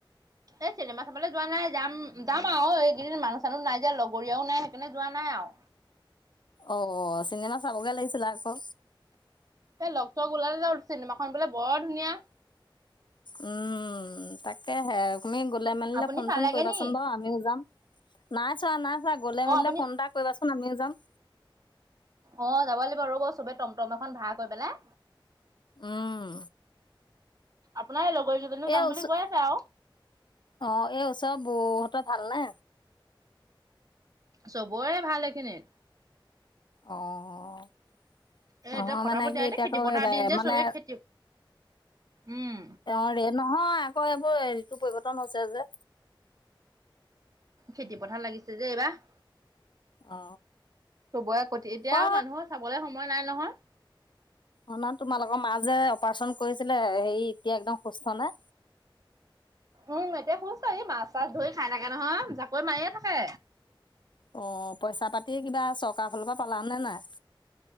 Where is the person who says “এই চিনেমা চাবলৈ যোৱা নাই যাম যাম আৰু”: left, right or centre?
Right